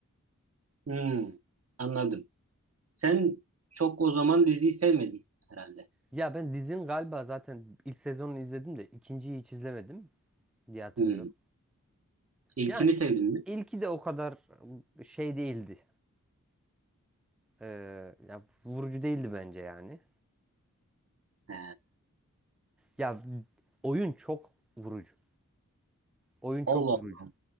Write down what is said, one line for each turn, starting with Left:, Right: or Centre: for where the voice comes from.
Right: Hmm, anladım. Sen çok o zaman diziyi sevmedin herhalde.
Centre: Ya ben dizinin galiba zaten ilk sezonunu izledim de ikinciyi hiç izlemedim diye hatırlıyorum.
Right: Hmm. İlkini
Centre: Yani
Right: sevdin mi?
Centre: ilki de o kadar şey değildi. Ee, ya vurucu değildi bence yani.
Right: He.
Centre: Ya oyun çok vurucu. Oyun çok
Right: Allah
Centre: vurucu.
Right: Allah.